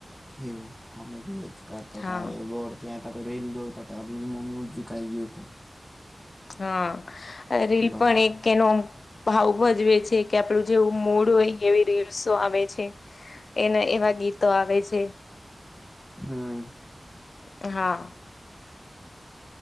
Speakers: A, in the centre; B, on the left (about 75°).
A: એવું અમે બી એજ કરતા
B: હા
A: હતા હવે ગોડ. તે હતા તો રીલ જોરા હતો હતા રેલમાં મ્યુઝિક આ ગયો હતો.
B: હા આ રીલ
A: બસ
B: પણ એક કેનો ભાવ ભજવે છે કે આપણું જેવું મૂડ હોય એવી રીલ્સો આવે છે. એના એવા ગીતો આવે છે.
A: હમ્મ.
B: હા.